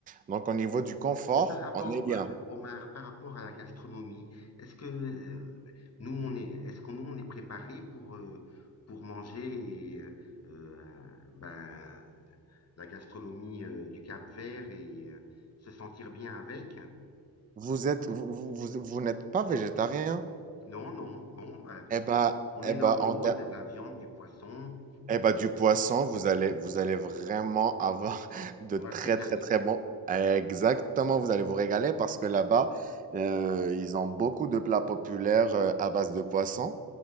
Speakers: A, on the right (about 25°); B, on the left (about 40°).
A: Donc, au niveau du confort,
B: Et par rapport,
A: on est bien.
B: euh, Omar, par rapport à la gastronomie, est-ce que euh, nous, on est, est-ce qu'on nous, on est préparé pour, euh, pour manger et euh, ben, la gastronomie euh, du Cap-Vert et euh, se sentir bien avec?
A: Vous êtes, vous, vous, vous- vous n'êtes pas végétarien.
B: Non, non. Bon, ben,
A: Eh ben,
B: on est
A: eh
B: normaux,
A: ben, en ter-
B: de la viande, du poisson.
A: eh ben, du poisson, vous allez, vous allez vraiment avoir <laughs> de
B: On
A: très,
B: va se régaler.
A: très, très bons. Exactement, vous allez vous régaler parce que là-bas, euh, ils ont beaucoup de plats populaires euh, à base de poisson.